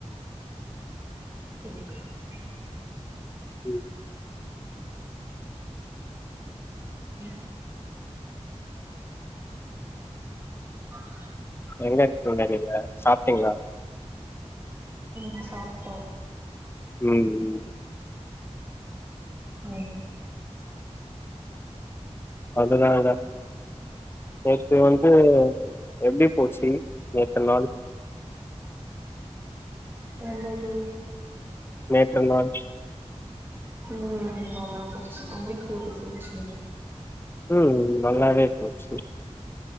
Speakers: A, on the right; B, on the left.
A: செரி ப்ரோ
B: ம்
A: <inaudible> <inaudible>
B: எங்க இருக்கீங்க நீங்க சாப்ட்டீங்ளா
A: ம் சாப்ட்டோ
B: ம்
A: ம்
B: அதுனாலதா நேத்து வந்து எப்டி போச்சு நேத்த நாள்
A: என்னது
B: நேத்து நாள்
A: ஓ நல்லா போச்சு உங்களுக்கு எப்டி போச்சு
B: ம் நல்லாவே போச்சு